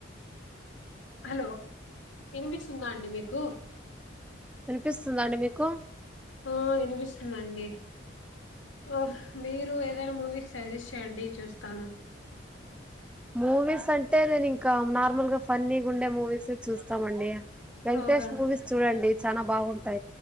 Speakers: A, on the left; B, in the centre.
A: హలో ఇనిపిస్తుందా అండి మీకు.
B: వినిపిస్తుందా అండి మీకు?
A: ఆ ఇనిపిస్తుందండి. ఆ మీరు ఏదైనా మూవీ సజెస్ట్ చేయండి చూస్తాను.
B: మూవీస్ అంటే నేను ఇంకా నార్మల్ గా ఫన్నీగా ఉండే మూవీసే చూస్తామండి. వెంకటేష్
A: హౌదా
B: మూవీస్ చూడండి చానా బావుం ా